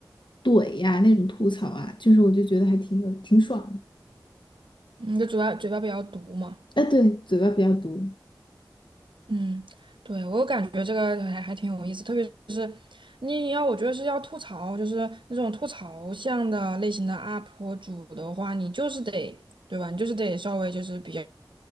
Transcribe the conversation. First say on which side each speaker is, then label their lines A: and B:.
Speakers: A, on the left (about 75°); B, on the right (about 80°).
A: 怼呀、那种吐槽啊，就是我就觉得还挺有挺爽的。
B: <laughs> 嗯，就嘴巴嘴巴比较毒嘛，
A: 哎，对，嘴巴比较毒。
B: 嗯，对，我感觉这个还还挺有意思，特别是你要我觉得是要吐槽，就是那种吐槽向的类型的 UP 主的话，你就是得对吧，你就是得稍微就是比较